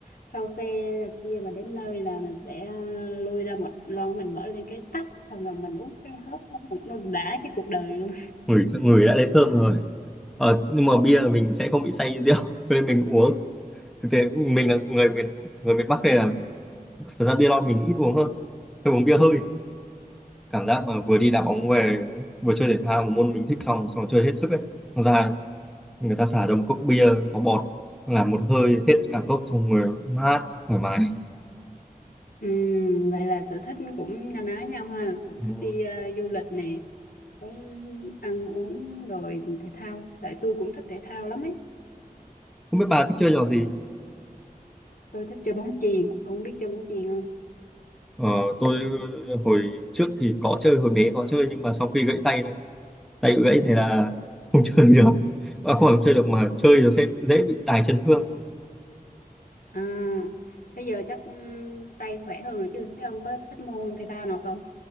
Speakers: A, on the left; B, in the centre.
A: sau xe khi mà đến nơi là mình sẽ ờ, lôi ra một lon mình mở lên cái tách xong rồi mình uống cái hớp xong rồi nó đã cái cuộc đời luôn.
B: ngửi ngửi đã thấy thơm rồi Ờ, nhưng mà bia là mình sẽ không bị say như rượu <laughs> nên mình uống thực tế mình là người miền người miền Bắc này là thật ra bia lon mình ít uống hơn tôi uống bia hơi cảm giác mà vừa đi đá bóng về vừa chơi thể thao một môn mình thích xong xong chơi hết sức ấy Xong ra người ta xả cho một cốc bia có bọt làm một hơi hết cả cốc xong người mát thoải mái
A: Ừ, vậy là sở thích cũng na ná nhau ha, cũng
B: Ừ.
A: thích đi ờ, du lịch nè, cũng ăn uống rồi thể thao. Tại tôi cũng thích thể thao lắm ấy.
B: không biết bà thích chơi trò gì
A: Tôi thích chơi bóng chuyền, ông biết chơi bóng chuyền không?
B: ờ, tôi hồi trước thì có chơi hồi bé có chơi nhưng mà sau khi gãy tay tay bị gãy thì là không <laughs> chơi được à, không phải không chơi được mà chơi nó sẽ dễ bị tài chân thương
A: À, thế giờ chắc ừ, tay khỏe hơn rồi chứ. Thế ông có thích môn thể thao nào không?